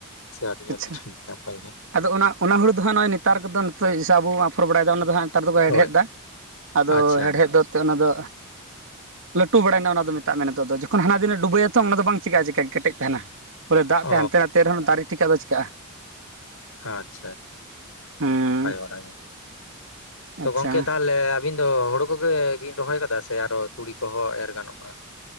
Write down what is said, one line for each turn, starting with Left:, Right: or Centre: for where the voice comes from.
Left: ᱥᱮ ᱟᱹᱞᱤᱧᱟᱜ
Right: ᱟᱪᱪᱷᱟ
Left: ᱯᱤᱪᱷᱮ ᱱᱟᱯᱟᱭ ᱜᱮ ᱦᱟᱸᱜ
Right: ᱟᱫᱚ ᱚᱱᱟ ᱚᱱᱟ ᱦᱩᱲᱩ ᱫᱚ ᱦᱟᱸᱜ ᱱᱚᱜᱼᱚᱭ ᱱᱮᱛᱟᱨ ᱠᱚᱫᱚ ᱱᱤᱛᱚᱜ ᱥᱮ ᱟᱵᱚ ᱵᱚ ᱟᱯᱷᱚᱨ ᱵᱟᱲᱟᱭᱮᱫᱟ ᱚᱱᱟ ᱫᱚ ᱦᱟᱸᱜ ᱱᱮᱛᱟᱨ ᱫᱚᱠᱚ ᱦᱮᱲᱦᱮᱫ
Left: ᱦᱳᱭ
Right: ᱮᱫᱟ᱾ ᱟᱫᱚ
Left: ᱟᱪᱪᱷᱟ
Right: ᱦᱮᱲᱦᱮᱫ ᱫᱚ ᱮᱱᱛᱮᱜ ᱚᱱᱟ ᱫᱚ ᱛᱩ ᱵᱟᱲᱟᱭᱮᱱᱟ ᱚᱱᱟ ᱫᱚ ᱢᱮᱛᱟᱜ ᱢᱮ ᱱᱤᱛᱚᱜ ᱫᱚ ᱡᱚᱠᱷᱚᱱ ᱦᱟᱱᱟ ᱫᱤᱱᱮ ᱰᱩᱵᱟᱹᱭᱟ ᱛᱚ ᱚᱱᱟ ᱫᱚ ᱵᱟᱝ ᱪᱤᱠᱟᱹᱜᱼᱟ ᱪᱮᱠᱟ ᱠᱮᱴᱮᱡ ᱛᱟᱦᱮᱱᱟ᱾ ᱵᱚᱞᱮ ᱫᱟᱜ
Left: ᱚ
Right: ᱛᱮ ᱦᱟᱱᱛᱮ ᱱᱟᱛᱮ ᱨᱮᱦᱚᱸ ᱫᱟᱨᱮ ᱴᱷᱤᱠᱟᱹᱜ ᱫᱚ ᱪᱤᱠᱟᱹᱜᱼᱟ᱾
Left: ᱟᱪᱪᱷᱟ ᱟᱪᱷᱟ ᱟᱪᱷᱟ <unintelligible>
Right: ᱦᱮᱸ
Left: ᱱᱟᱯᱟᱭ ᱵᱟᱲᱟ ᱜᱮ ᱛᱚ
Right: ᱟᱪᱪᱷᱟ
Left: ᱜᱚᱝᱠᱮ ᱛᱟᱦᱚᱞᱮ ᱟᱹᱵᱤᱱ ᱫᱚ ᱦᱩᱲᱩ ᱠᱚᱜᱮ ᱵᱤᱱ ᱨᱚᱦᱚᱭ ᱟᱠᱟᱫᱟ ᱥᱮ ᱟᱨᱚ ᱛᱩᱲᱤ ᱠᱚᱦᱚᱸ ᱮᱨ ᱜᱟᱱᱚᱜᱼᱟ᱾